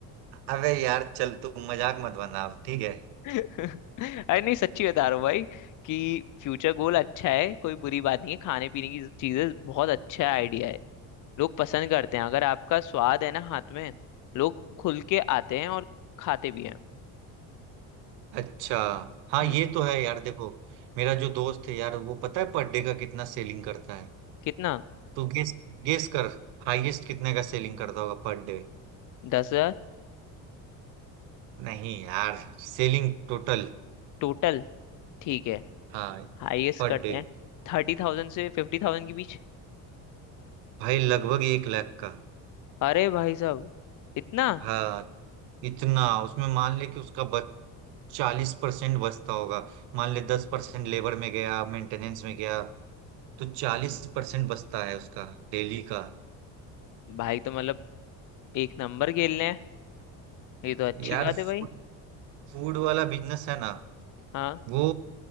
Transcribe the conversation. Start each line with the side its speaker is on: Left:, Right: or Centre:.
Right: अबे यार चल तू मजाक मत बना अब, ठीक है
Left: <laughs> अरे नहीं सच्ची बता रहा हूँ भाई कि फ्यूचर गोल अच्छा है कोई बुरी बात नहीं है खाने पीने की चीजें बहुत अच्छा आइडिया है लोग पसंद करते हैं अगर आपका स्वाद है ना हाथ में लोग खुल के आते हैं और खाते भी हैं
Right: अच्छा हाँ
Left: हम्म
Right: ये तो है यार देखो मेरा जो दोस्त है यार वो पता है पर डे का कितना सेलिंग करता है
Left: कितना
Right: तू गेस गेस कर हाईएस्ट कितने का सेलिंग करता होगा पर डे
Left: दस हजार
Right: नहीं यार सेलिंग टोटल
Left: टोटल ठीक है
Right: हाँ
Left: हाईएस्ट
Right: पर
Left: करते
Right: डे
Left: हैं थर्टी थाउजेंड से फिफ्टी थाउजेंड के बीच
Right: भाई लगभग एक लाख का
Left: अरे भाई साहब इतना
Right: हाँ इतना उसमें मान ले कि उसका बच चालीस परसेंट बचता होगा मान ले दस परसेंट लेबर में गया मेंटेनेंस में गया तो चालीस परसेंट बचता है उसका डेली का
Left: भाई तो मतलब एक नंबर खेल रहे हैं ये तो अच्छी
Right: यार
Left: बात है
Right: फूड
Left: भाई
Right: फूड वाला बिजनेस है ना
Left: हाँ
Right: वो